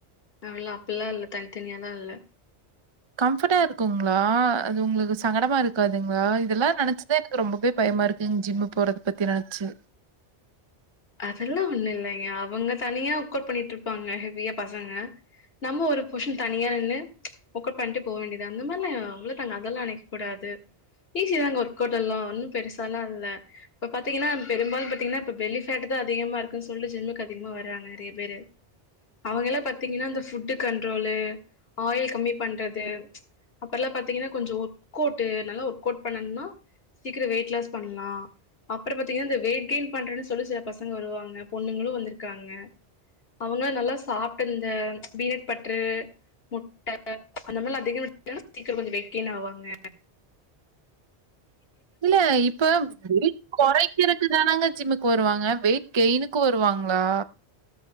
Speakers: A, on the left; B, on the right.
A: அவல்ல அப்பெல்லா இல்ல தனித்தனியாலா இல்ல
B: கம்ஃபட்டா இருக்குங்களா அது உங்களுக்கு சங்கடமா இருக்காதுங்களா இதெல்லா நெனச்சுதா எனக்கு ரொம்பவே பயமா இருக்கு ஜிம் ஜிம்மு போறத பத்தி நெனச்சு
A: அதெல்லா ஒண்ணு இல்லைங்க அவங்க தனியா ஒர்க்கொட் பண்ணிட்ருப்பாங்க ஹெவியா பசங்க நம்ம ஒரு புஷன் தனியா நின்னு ஒக்கட் பண்ட்டு போகவேண்டியது தா அந்த மாரல்லா அவ்ள தாங்க அதெல்லா நெனைக்க கூடாது ஈசி தாங்க ஒர்க் அவுட் எல்லா ஒண்ணு பெருசால்லா இல்ல இப்ப பாத்தீங்கன்னா பெரும்பாலு பாத்தீங்கன்னா இப்ப பெல் லி பேட் தா அதிகமா இருக்கன்னு சொல்லி ஜிம்முக்கு அதிகமா வர்றாங்க நெறைய பேரு அவங்க எல்லா பாத்தீங்கன்னா இந்த ஃபுட்டு கண்ட்ரோலு ஆயில் கம்மி பண்றது அப்பற எல்லா பாத்தீங்கன்னா கொஞ்சோ ஒர்க் அவுட் நல்லா ஒர்க் அவுட் பண்ணணும்னா சீக்கரோ வெயிட் லாஸ் பண்ணலா அப்ற பாத்தீங்கன்னா இந்த வெயிட் கெயின் பண்றதுனு சொல்லி சில பசங்க வருவாங்க பொண்ணுங்களு வந்திருக்காங்க அவங்களா நல்லா சாப்ட்டு இந்த பீனட் பட்ரு முட்ட அந்த மாரில அதிகமா முட்ட <unintelligible> சீக்கரோ கொஞ்சோ வெயிட் கெயின் ஆவாங்க
B: இல்ல இப்ப வெயிட் கொறைக்கிறதுக்கு தானாங்க ஜிம்முக்கு வருவாங்க வெயிட் கெயினுக்கு வருவாங்களா